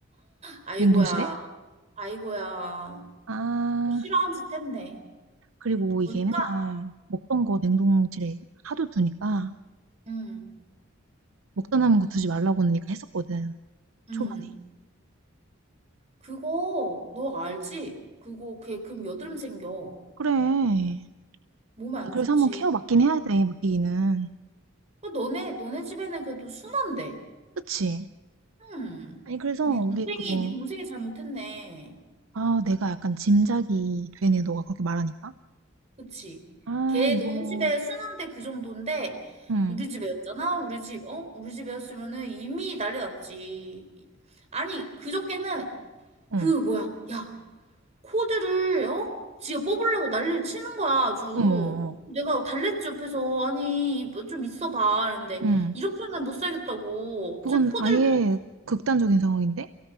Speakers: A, on the right; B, on the right.
A: 아이고야,
B: 냉동실에?
A: 아이고야.
B: 아,
A: 싫어한 짓 했네.
B: 그리고 이게
A: 보니까,
B: 맨날 먹던 거 냉동실에 하도 두니까
A: 응,
B: 먹다 남은 거 두지 말라고 하니까 했었거든.
A: 응.
B: 초반에.
A: 그거 너 알지? 그거 걔 금 여드름 생겨.
B: 그래.
A: 몸에 안
B: 아, 그래서
A: 좋지.
B: 한번 케어 맡긴 해야 돼, 맡기기는.
A: 어, 너네 너네 집에는 그래도 순한데.
B: 그치?
A: 응.
B: 아니, 그래서
A: 네
B: 우리
A: 동생이
B: 그거,
A: 네 동생이 잘못했네.
B: 아, 내가 약간 짐작이 되네, 너가 그렇게 말하니까.
A: 그치.
B: 아,
A: 걔
B: 이거,
A: 너희 집에 순한데 그 정도인데
B: 응,
A: 우리 집에였잖아. 우리 집 어? 우리 집에였으면은 이미 난리 났지. 아니 그저께는
B: 응,
A: 그 뭐야? 야 코드를 어? 지가 뽑으려고 난리를 치는 거야 아주.
B: 어머, 어머, 어머,
A: 내가 달랬지 옆에서 아니 뭐 좀 있어봐 이랬는데
B: 응.
A: 이렇게는 못 살겠다고
B: 그건
A: 제 코드를
B: 아예 극단적인 상황인데?